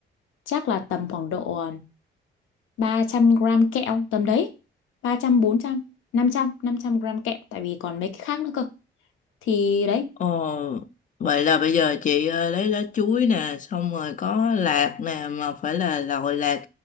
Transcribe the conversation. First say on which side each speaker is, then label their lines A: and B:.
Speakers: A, on the left; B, on the left.
A: Chắc là tầm khoảng độ ờ, 300 gram kẹo tầm đấy ba trăm trăm bốn trăm, năm trăm năm trăm gram kẹo tại vì còn mấy cái khác nữa cơ thì đấy
B: Ờ, vậy là bây giờ chị ờ, lấy lá chuối nè, xong rồi có lạc nè, mà phải là loại lạc